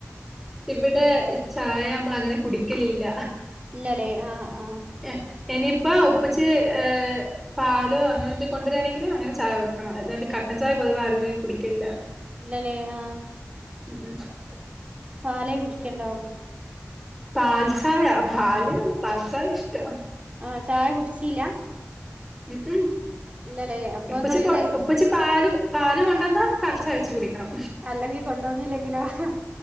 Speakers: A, in the centre; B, on the right (about 25°).
A: ഇവിടെ ചായ അമ്മളങ്ങനെ കുടിക്കലില്ല
B: ഇല്ലല്ലേ ആഹ ആഹ്
A: എ ഇനിയിപ്പ ഉപ്പച്ചി ഏ പാലോ അങ്ങനെ എന്തെ കൊണ്ടരണെങ്കില് അങ്ങനെ ചായ വെക്കണം. എല്ലാണ്ട് കട്ടൻ ചായ പൊതുവെ ആരു അങ്ങനെ കുടിക്കലില്ല.
B: ഇല്ലലേ ആഹ്
A: ഉ ഉ
B: പാലെ കുടിക്കണ്ടാവു
A: പാൽചായ പാല്ന്നല്ല പാൽചായ ഇഷ്ട.
B: ആഹ ചായ കുടിച്ചില്ല
A: ഉ ഉം
B: ഇല്ലല്ലേ അപ്പൊ
A: ഇപ്പച്ചി
B: നിങ്ങൾ ഈ
A: കൊ
B: ടൈ
A: ഇപ്പച്ചി പാല് കൊണ്ടന്നാ പാൽച്ചായ വെച്ച് കുടിക്കണം.
B: അല്ലെങ്കിൽ കൊണ്ടുവന്നില്ലെങ്കിലോ? ആഹ